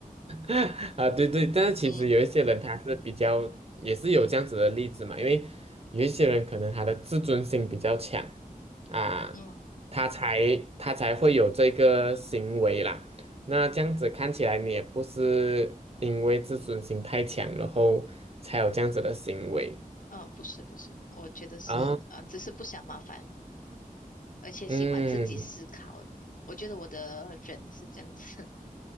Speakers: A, on the right (about 45°); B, on the left (about 65°).
A: <laughs> 啊，对对，但是其实有一些人他是比较也是有这样子的例子嘛，
B: 嗯
A: 因为有一些人可能他的自尊心比较强啊，
B: 嗯，
A: 他才他才会有这个行为啦。那这样子看起来，你也不是因为自尊心太强，然后才有这样子的行为
B: 嗯，不是不是，我觉得是啊，
A: 啊。
B: 呃只是不想麻烦，而且喜欢自己思考。
A: 嗯
B: 我觉得我的人是这样子。